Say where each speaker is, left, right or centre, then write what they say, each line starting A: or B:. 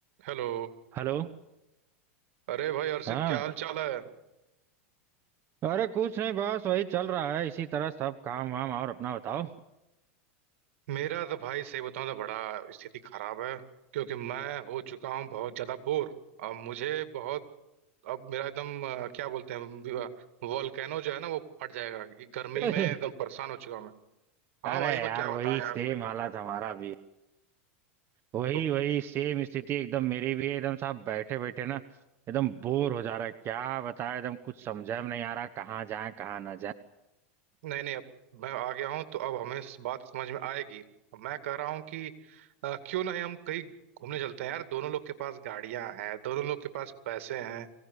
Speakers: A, on the right; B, on the right.
A: हेलो
B: Hello
A: अरे भाई अर्षित
B: हाँ
A: क्या हाल चाल है
B: अरे कुछ नहीं बस वही चल रहा है इसी तरह सब काम वाम और अपना बताओ
A: मेरा तो भाई सही बताऊं तो बड़ा स्थिति खराब है क्योंकि मैं हो चुका हूँ बहुत ज्यादा बोर अब मुझे बहुत अब मेरा एकदम अ, क्या बोलते हैं वॉल्केनो जो है ना वो फट जाएगा ये गर्मी
B: <laughs>
A: में एकदम परेशान हो चुका हूं मैं हाँ
B: अरे
A: भाई मैं
B: यार
A: क्या बताऊं
B: वही
A: यार
B: सेम हालत हमारा भी है वही
A: तो
B: वही सेम स्थिति एकदम मेरी भी है एकदम साहब बैठे बैठे ना एकदम बोर हो जा रहा है क्या बताए एकदम कुछ समझा में नहीं आ रहा कहाँ जाए कहाँ ना जाए
A: नहीं नहीं अब मैं आ गया हूँ तो अब हमें इस बात समझ में आएगी अब मैं कह रहा हूँ कि अ, क्यों नहीं हम कहीं घूमने चलते हैं यार दोनों लोग के पास गाड़ियां हैं दोनों लोग के पास पैसे हैं